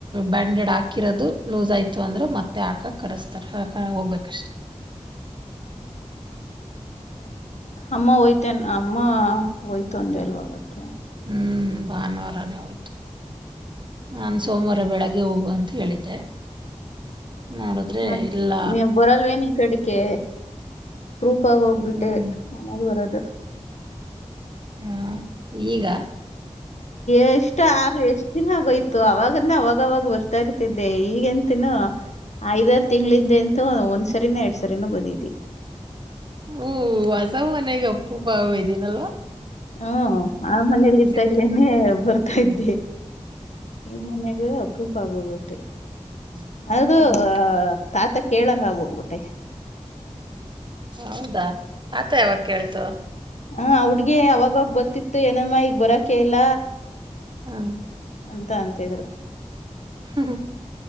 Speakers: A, on the right; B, on the left.
A: ಬ್ಯಾಂಡೆಡ್ ಹಾಕಿರೋದು ಲೂಸ್ ಆಯ್ತು ಅಂದ್ರೆ ಮತ್ತೆ ಹಾಕಕ್ ಕರೆಸ್ತಾರ ಹೋಗ್ಬೇಕಷ್ಟೇ
B: ಅಮ್ಮ ಹೋಯ್ತನ್ ಅಮ್ಮ ಹೋಯ್ತು ಅಂದ ಎಲ್ವಾಗತ್ತೆ
A: ಹ್ಮ್ ಭಾನುವಾರಾನೇ ಹೋಯ್ತು ನಾನು ಸೋಮವಾರ ಬೆಳಗ್ಗೆ ಹೋಗುವ ಅಂತ ಹೇಳಿದ್ದೆ ನೋಡಿದ್ರೆ
B: ಮತ್ತ್
A: ಇಲ್ಲ
B: ನೀ ಬರಲ್ವೇನ್ ಈ ಕಡಿಕೆ ಪ್ರೂಫ್ ಆಗಿ ಹೋಗ್ಬಿಟ್ಟೆ
A: ಹ್ಮ್
B: ಮನೆಗೆ ಬರೋದು
A: ಹಾ ಈಗ
B: ಎಷ್ಟ್ ಆಗ ಎಷ್ಟ್ ದಿನ ಬೖ ತ್ತು ಅವಾಗಂದ ಅವಾಗವಾಗ ಬರ್ತಾ ಇರ್ತಿದ್ದೆ ಈಗಂತನೂ ಐದಾರು ತಿಂಗಳಿಂದ ಅಂತು ಒಂದ್ ಸರಿನೊ ಎರಡ್ ಸರಿನೊ ಬಂದಿದ್ವಿ.
A: ಹ್ಮ್ ಹೊಸಾ ಮನೆಗೆ ಅಪ್ರೂಪ ಆಗೋದ್ದೀನಲ್ವ.
B: ಹ್ಮ ಆ ಮನೇಲಿ ಇದ್ದಾಗೇನೆ
A: ಬರು
B: ಬರ್ತಾ ಇದ್ದೆ. ಈ ಮನೆಗೆ ಅಪ್ರೂಪ ಆಗೋಬಿಟ್ಟಿ.
A: ಹ್ಮ್
B: ಅದು ತಾತ ಕೇಳಂಗ ಆಗ್ಹೋಗ್ಬಿಟ್ಟೆ.
A: ಹೌದಾ ಆತ ಯಾವಾಗ ಕೇಳ್ತು
B: ಹ ಹುಡ್ಗಿ ಅವಾಗಾಗ ಬರ್ತಿತ್ತು ಏನಮ್ಮ ಈಗ್ ಬರಕೇ ಇಲ್ಲ.
A: ಹಾ
B: ಅಂತ ಅಂತಿದ್ರು.
A: ಹ್ಮ